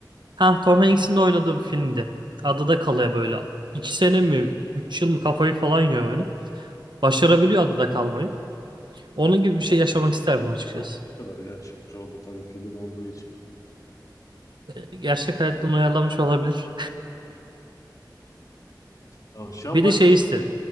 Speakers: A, on the right (about 80°); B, on the left (about 50°).
A: ha Tom Hanks'in de oynadığı bir filmdi. Adada kalıyor böyle. İki sene mi? Üç yıl mı? Kafayı falan yiyor böyle. Başarabiliyor adada kalmayı. Onun gibi bir şey yaşamak isterdim açıkçası.
B: Ama ne kadar gerçekçi oldu tabii film olduğu için.
A: Ee, Gerçek hayattan uyarlanmış olabilir. <laughs>
B: Aa, Şu an
A: Bir
B: başka
A: de şey isterim.